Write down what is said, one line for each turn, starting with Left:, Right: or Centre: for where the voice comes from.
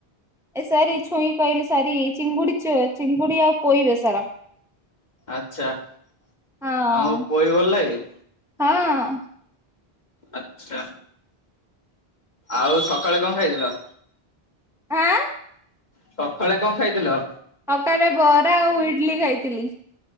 Centre: ଏ ସରି ଛୁଇଁ କହିଲି ସରି ଚିଙ୍ଗୁଡି ଚ ଚିଙ୍ଗୁଡି ଆଉ ପୋଇ ବେସର।
Left: ଆଛା ତମକୁ
Centre: ହଁ
Left: ପୋଇ ଭଲ ଲାଗେ।
Centre: ହଁ
Left: ଆଛା ଆଉ ସକାଳେ କଣ ଖାଇଥିଲ।
Centre: ଆଁ
Left: ସକାଳେ କଣ ଖାଇଥିଲ।
Centre: ସକାଳେ ବରା ଆଉ ଇଡଲି ଖାଇଥିଲି।